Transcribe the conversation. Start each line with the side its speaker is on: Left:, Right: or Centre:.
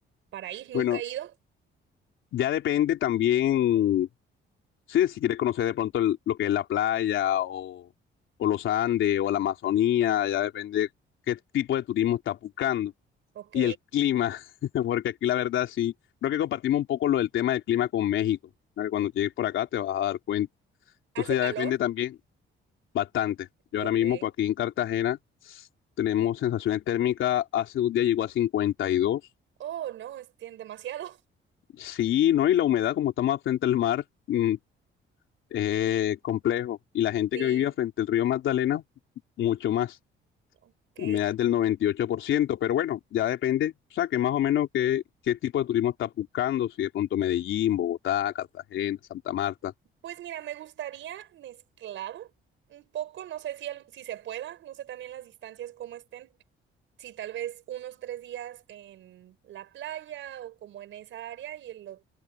Right: para ir. Nunca
Left: Bueno,
Right: he ido.
Left: ya depende también, sí, si quieres conocer de pronto el- lo que es la playa o, o los Andes o la Amazonía, ya depende qué tipo de turismo estás buscando
Right: Ok.
Left: y el clima, <laughs> porque aquí la verdad sí, creo que compartimos un poco lo del tema del clima con México, ¿no? Que Cuando llegues por acá te vas a dar cuenta. Entonces
Right: ¿Hace calor?
Left: ya depende también bastante. Yo
Right: Ok.
Left: ahora mismo, por aquí en Cartagena, tenemos sensaciones térmicas, hace un día llegó a 52.
Right: Oh, no, es tien- demasiado.
Left: Sí, ¿no? Y la humedad, como estamos frente al mar, mm, eh, complejo. Y la gente
Right: <laughs> Sí.
Left: que vivía frente al río Magdalena, mucho más.
Right: Ok,
Left: Humedad es del 98%, pero bueno, ya depende, o sea, que más o menos qué, qué tipo de turismo estás buscando, si de pronto Medellín, Bogotá, Cartagena, Santa Marta.
Right: pues mira, me gustaría mezclado un poco, no sé si, al- si se pueda, no sé también las distancias cómo estén, si tal vez unos tres días en la playa o como en esa área y en los